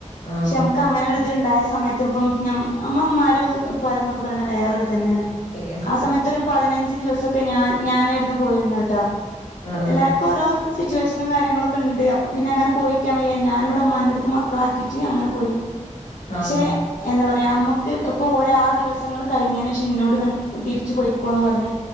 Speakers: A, on the left (about 60°); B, on the left (about 75°).
A: ആഹ്
B: പക്ഷേ നമുക്ക് അങ്ങനെ ഒരുത്ണ്ടായ സമയത്ത് ഇപ്പം ഞ്ഞം അമ്മമ്മാര് ഒരു ഇപ്പാര്ന്നൊക്ക പറിണ വേറെ ഒര് ഇതന്നെണ്
A: ശരിയാണ്
B: ആ സമയത്തൊരു പതിനഞ്ച് ദിവസൊക്ക ഞാൻ ഞാനായിരുന്നു പോയിരുന്നട്ട
A: ആഹ്
B: എല്ലാര് ഓരോ സിറ്റുവേഷനും കാര്യങ്ങളൊക്ക ഇണ്ട് അപ്പോ പിന്നെ അങ്ങനെ പോയിക്ക്യാൻ വയ്യ. ഞാന് ഇവടെ ഇമ്മാന്റെ അട്ത്ത് മക്കളാക്കിട്ട് അങ്ങനെ പോയി പക്ഷേ
A: ആഹ്
B: എന്താ പറയാ അമ്മക്ക് ഇപ്പോരാ ആ ദിവസങ്ങള് കഴിഞ്ഞെന് ശേഷം ഇന്നോട് ഇങ്ങനെ തിരിച്ചു പോയിക്കോന്ന് പർഞ്ഞ്